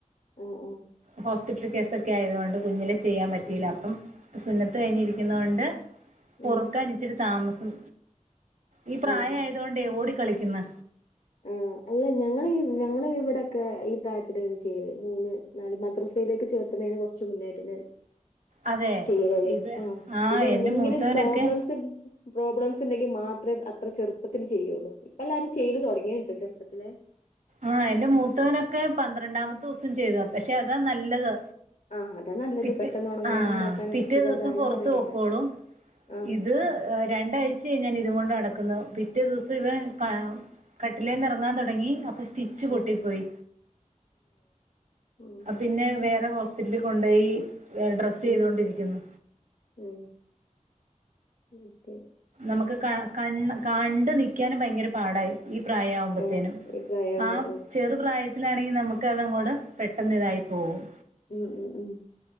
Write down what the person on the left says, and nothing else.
ഓഹ്, ഓഹ്
ഉം
ഉം
ഉം
ഉം അല്ല ഞങ്ങള ഞങ്ങളെ ഇവിടെയൊക്കെ ഈ പ്രായത്തിനാണ് ചെയ്യല് മൂന്ന് നാല് മദ്രസയിലേക്ക് ചേർത്തണതിനന് കൊറച്ച് കൊറച്ച് മുന്നായിട്ട് ന്നെ
ചെയ്യലൊള്ളൂ
ആഹ് പിന്നെ എന്തെങ്കിലും
പ്രോബ്ലംസ് ഉ പ്രോബ്ലംസ് ഉണ്ടെങ്കിൽ മാത്ര അത്ര ചെറുപ്പത്തില് ചെയ്യൊള്ളൂ ഇപ്പം എല്ലാരും ചെയ്ത് തൊട ങ്ങിൻട്ടൊ ചെറുപ്പത്തിലെ
ആഹ് അതാ നല്ലത്
പെട്ടെന്ന് ഉണങ്ങാനും
ഇതാക്കാനൊക്കെ
സുഖം
അതാണ്
പറയണേക്കാ
ആഹ്
ഉം
ഓഹ്
ഉം
ഉം ഓക്കെ
ആഹ് ഈ പ്രായാവുമ്പോ
ഉം ഉം ഉം